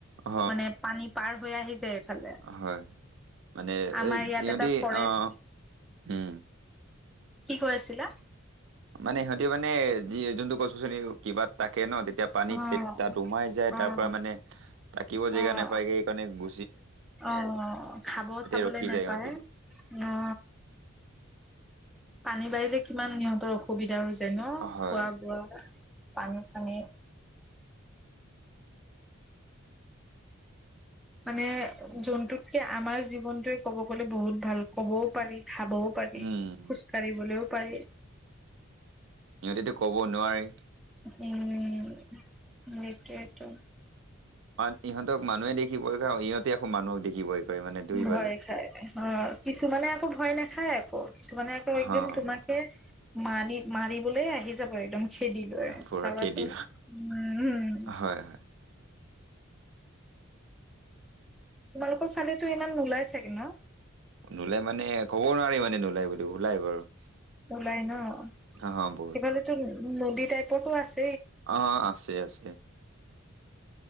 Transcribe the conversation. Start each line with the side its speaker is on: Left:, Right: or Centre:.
Right: অ
Centre: মানে পানী পাৰ হৈ আহি যায়। এইফালে
Right: হয় মানে
Centre: আমাৰ ইয়াত
Right: ইিহঁতে
Centre: এটা ফৰেষ্ট
Right: আহ উম
Centre: কি কৈ আছিলা।
Right: মানে সিহঁতি মানে যি যোনটো গছ গছনি কিবা থাকে ন তেতিয়া পানীত
Centre: অ',
Right: তাত উমাই যায়
Centre: অ',
Right: তাৰ পৰা মানে তাকিব জেগা
Centre: অ',
Right: নাপায় যে সেইকাৰণে গ
Centre: অ', খাব চাবলে
Right: ৰখি
Centre: নাপায়
Right: যায় সিহঁতি
Centre: অ। পানী বাৰিলে কিমান সিহঁতৰ অসুবিধা হৈছে। ন
Right: হয়
Centre: খোৱা বোৱা পানী চানী মানে জন্তুতকে আমাৰ জীৱনটোয়ে কব গ'লে বহুত ভাল ক'বও পাৰি খাবও পাৰি
Right: উম
Centre: খোজ কাঢ়িবলৈও পাৰি।
Right: সিহঁতেতো ক'ব নোৱাৰেই।
Centre: উম, হম, সেইটোৱেইটো।
Right: কাৰণ ইহঁতক মানুহে দেখি ভয় খায় আৰু ইহতে মানুহক দেখি ভয় কৰে মানে দুই
Centre: ভয়
Right: ফালে
Centre: খাই অ, কিছুমানে ভয় নাখায় আকৌ। কিছুমানে আকৌ একদম
Right: হা
Centre: তোমাকে মাৰি-মাৰিবলৈ আহি যাব একদম খেদিদৰে
Right: পুৰা
Centre: চাবাচোন
Right: খেদি
Centre: উম-উম।
Right: হয় হয়
Centre: তোমালোকৰ ফালেতো ইমান নোলাই চাগে ন?
Right: নোলাই মানে ক'ব নোৱাৰি মানে নোলায় বুলি ওলাই বাৰু।
Centre: উলাই ন'? অ,
Right: অহ বহুত
Centre: সেফালেতো নদীত টাইপতো আছ
Right: অ আছে আছে।